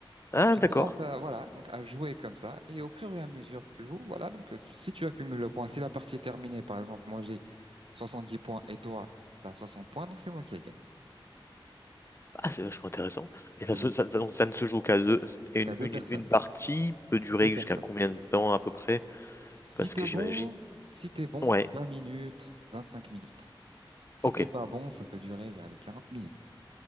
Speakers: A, on the left; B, on the right.
A: Ah,
B: Tu
A: d'accord.
B: commences à, voilà, donc à jouer comme ça. Et au fur et à mesure que tu joues, voilà, donc euh, si tu accumules le point, si la partie est terminée, par exemple, moi j'ai 70 points et toi, t'as 60 points, donc c'est moi qui ai gagné.
A: Ah, c'est vachement intéressant. Et ça,
B: T'es
A: se- ça, ça- donc ça ne se joue qu'à deux. Et
B: qu'à
A: une,
B: deux
A: une,
B: personnes.
A: une une partie peut durer
B: Deux personnes.
A: jusqu'à combien de temps à peu près?
B: Si
A: Parce
B: t'es
A: que j'imagine.
B: bon, si t'es bon,
A: Ouais,
B: 20 minutes, 25 minutes.
A: ok,
B: Si t'es pas bon, ça peut durer vers les 40 minutes.